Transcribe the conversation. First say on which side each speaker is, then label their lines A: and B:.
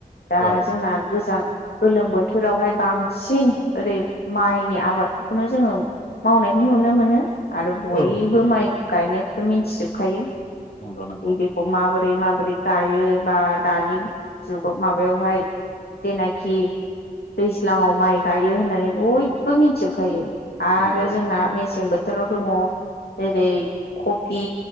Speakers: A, on the left; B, on the left.
A: दा
B: औ
A: जोंना गोजां गोलोम बोथोरावहाय बांसिन ओरै माइनि आबादफोरखौनो जोंङो मावनाय नुनो मोनो आरो बयबो
B: औ
A: माइ गायनायखौथ' मिन्थिजोबखायो
B: नंगौ नंगौ
A: बेखौ माबोरै बोरै माबोरै गायो बा दानि जुगाव माबायावहाय जेनाखि दैज्लांङाव माइ गायो होननानै बयबो मिथिजोबखायो आरो
B: नंगौ
A: जोंना मेसें बोथोराव दंङो जेरै कफि